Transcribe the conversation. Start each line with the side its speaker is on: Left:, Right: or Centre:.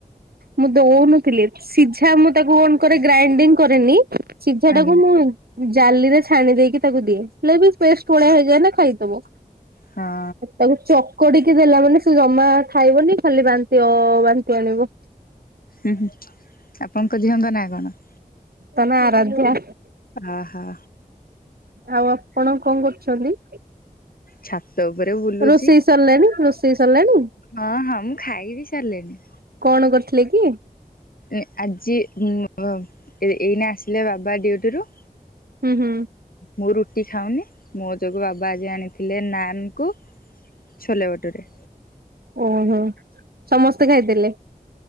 Right: ମୁଁ ଦଉନଥିଲି, ସିଝା ମୁଁ ତାକୁ କଣ କରେ, ଗ୍ରାଇଣ୍ଡିଙ୍ଗ କରେନି ସିଝା
Left: ଆଜ୍ଞା
Right: ଟାକୁ ମୁଁ ମୁଁ ଜାଲିରେ ଛାଣି ଦେଇକି ତାକୁ ଦିଏ, ହେଲେ ବି ପେଷ୍ଟ ଭଳିଆ ହେଇଯାଏ ନା, ଖାଇଦେବ।
Left: ହଁ
Right: ତାକୁ ଚ ଚକଡିକି ଦେଲା ମାନେ ସେ ଜମା ଖାଇବନି, ଖାଲି ବାନ୍ତି ଅ ବାନ୍ତି ଆଣିବ।
Left: ହୁଁ, ହୁଁ ଆପଣଙ୍କ ଝିଅଙ୍କ ନା କଣ?
Right: ତା ନା ଆରାଧ୍ୟା।
Left: ଆହା।
Right: ଆଉ, ଆପଣ କଣ କରୁଛନ୍ତି?
Left: ଛାତ ଉପରେ ବୁଲୁଛି
Right: ରୋଷେଇ ସରିଲାଣି ରୋଷେଇ ସରିଲାଣି?
Left: ହଁ, ହଁ ମୁଁ ଖାଇ ବି ସାରିଲିଣିି।
Right: କଣ କରିଥିଲେ କି?
Left: ଏ ଆଜି ଉଁ, ଏଇନା ଆସିଲେ ବାବା ଡ୍ୟୁଟିରୁ
Right: ହୁଁ ହୁଁ।
Left: ମୁଁ ରୁଟି ଖାଉନି ମୋ ଯୋଗୁ ବାବା ଆଜି ଆଣିଥିଲେ ନାନକୁ ଛୋଲେ ବଟୁରେ।
Right: ଓହୋ, ସମସ୍ତେ ଖାଇଦେଲେ?